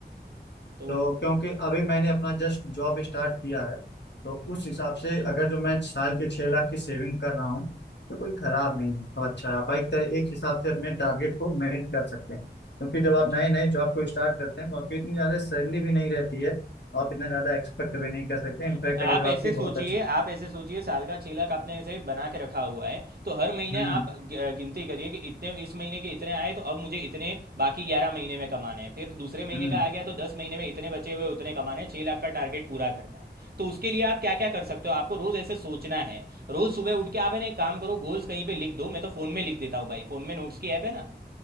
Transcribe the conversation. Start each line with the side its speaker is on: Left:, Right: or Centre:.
Right: तो
Left: तो क्योंकि अभी मैंने अपना जस्ट जॉब स्टार्ट किया है तो
Right: हम्म,
Left: उस हिसाब से अगर जो मैं साल के छह लाख की सेविंग कर रहा हूँ तो कोई खराब नहीं है तो अच्छा है आप एक तरह एक हिसाब से अपने टारगेट को मेट कर सकते हैं क्योंकि जब
Right: अच्छा
Left: आप नए नए जॉब को स्टार्ट करते हैं तो आपकी इतनी ज़्यादा सैलरी भी नहीं रहती है आप इतना ज़्यादा एक्सपेक्ट भी नहीं कर सकते
Right: हाँ,
Left: इनफैक्ट
Right: तो आप
Left: अगर जो
Right: ऐसे
Left: आपकी
Right: सोचिए
Left: बहुत अच्छी
Right: आप ऐसे सोचिए साल का छह लाख आपने ऐसे बना के रखा हुआ है तो हर महीने
Left: हम्म
Right: आप ग- गिनती करिए कि इतने इस महीने के इतने आए तो अब मुझे इतने बाकी ग्यारह महीने में कमाने हैं फिर दूसरे महीने
Left: हम्म
Right: का आ गया तो दस महीने में इतने बचे हुए उतने कमाने हैं छह लाख का टारगेट पूरा करना है तो उसके लिए आप क्या क्या कर सकते हो आपको रोज ऐसे सोचना है रोज सुबह उठ के आप है ना एक काम करो गोल्स कहीं पे लिख दो मैं तो फोन में लिख देता हूँ भाई फोन में नोट्स की ऐप है ना